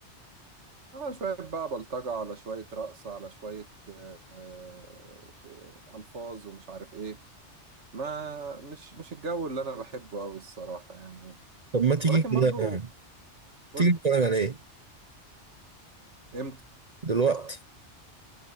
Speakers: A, on the right; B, on the right.
A: آه شويه بقى بلطجه على شويه رقص على شويه آه آه، ش- الفاظ ومش عارف ايه ما مش مش الجو اللي انا بحبه قوي الصراحه يعني
B: طب ما تيجي
A: ولكن
B: كده
A: برضو
B: يعني
A: قول
B: تيجي نتفرج
A: لي
B: على ايه
A: امتى
B: دلوقتي